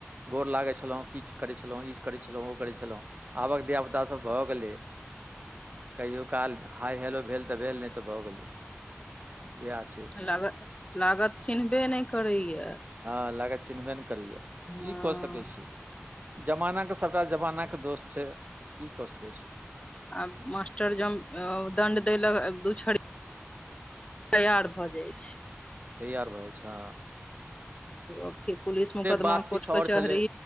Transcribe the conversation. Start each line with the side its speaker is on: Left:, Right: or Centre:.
Right: गोड़ लागै छलहुँ किछ करै छलहुँ ईज करै छलहुँ ओ करै छलहुँ आबक धिया पुता सभ भ गेलै कहियो काल हाइ हेलो भेल त भेल नै त भ गेलै बिहा छै
Left: लागत लागत चिन्हबे नै करैय
Right: हँ लागत चिन्हबे नै करैए
Left: हँ
Right: की क सकै छियै जमाना के सभटा जमाना के दोस छै की क सकै छी
Left: आब मास्टर जम अ दंड देलक दू छड़ी तैयार भ जाइ छैय
Right: तैयार भ जाइ छै ह
Left: ओकी पुलिस मुोकदमा
Right: बात किछु
Left: कोर्ट कचहरी
Right: आओर छलै